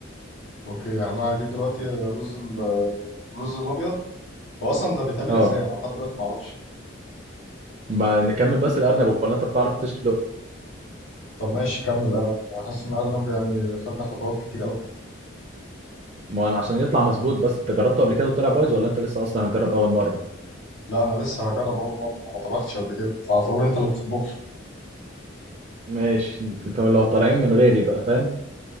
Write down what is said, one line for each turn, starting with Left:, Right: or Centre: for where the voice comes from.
Left: اوكي يعني انا هجيب دلوقتي الرز ال- الرز الابيض هو اصلا ده بيتعمل
Right: اه
Left: ازاي انا لحد دلوقتي ما اعرفش
Right: ما نكمل بس الارنب ولا انت بتعرف تسلق
Left: طب ماشي كمل ارنب انا حاسس ان ارنب يعني خدنا خطوات كتير قوي
Right: ما انا عشان يطلع مظبوط بس انت جربته قبل كده وطلع بايظ ولا انت لسه اصلا هنجرب اول مره
Left: لا انا لسه هجرب اول مره انا ما طبختش قبل كده على طول انت اللي بتطبخ لي.
Right: ماشي انت لو طالعين من غيري بقى فاهم